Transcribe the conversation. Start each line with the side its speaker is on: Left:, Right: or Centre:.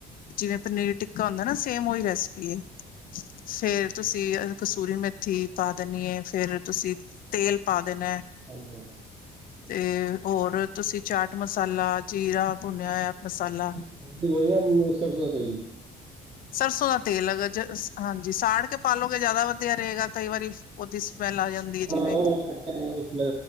Left: ਜਿਵੇਂ ਪਨੀਰ ਟਿੱਕਾ ਹੁੰਦਾ ਨਾ, ਸੇਮ ਓਹੀ ਰੈਸਪੀ ਏ। ਫੇਰ ਤੁਸੀਂ ਕਸੂਰੀ ਮੇਥੀ ਪਾ ਦੇਣੀ ਏ, ਫੇਰ ਤੁਸੀਂ ਤੇਲ ਪਾ ਦੇਣਾ।
Right: ਹਾਂਜੀ- ਹਾਂਜੀ।
Left: ਤੇ ਹੋਰ ਤੁਸੀਂ ਚਾਟ ਮਸਾਲਾ, ਜੀਰਾ ਭੁੰਨਿਆ ਹੋਇਆ ਮਸਾਲਾ
Right: <inaudible>
Left: ਸਰਸੋਂ ਦਾ ਤੇਲ ਹੈਗਾ, ਜ ਹਾਂਜੀ ਸਾੜ ਕੇ ਪਾਲੋਗੇ ਜ਼ਆਦਾ ਵਧੀਆ ਰਹੇਗਾ, ਕਈ ਵਾਰੀ ਉਹਦੀ ਸਮੈਲ ਆ ਜਾਂਦੀ ਏ,
Right: ਹਾਂ
Left: ਜਿਵੇਂ
Right: ਉਹ ਕੱਚੇ ਤੇਲ ਵਿਚ